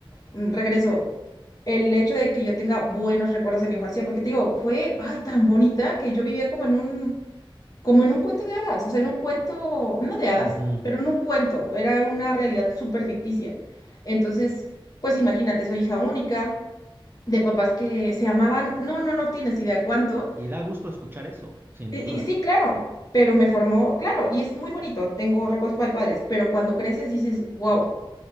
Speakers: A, on the left; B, on the right.
A: mm, regreso, el hecho de que yo tenga buenos recuerdos de mi infancia, porque te digo, fue, ay, tan bonita que yo vivía como en un, como en un cuento de hadas, o sea, en un cuento, no de hadas,
B: ujú.
A: pero en un cuento, era una realidad súper ficticia. Entonces, pues imagínate, soy hija única, de papás que se amaban, no, no, no tienes idea cuánto.
B: Y da gusto escuchar eso, sin
A: Y,
B: duda,
A: y sí, claro, pero me formó, claro, y es muy bonito, tengo recuerdos muy padres, pero cuando creces dices, wow.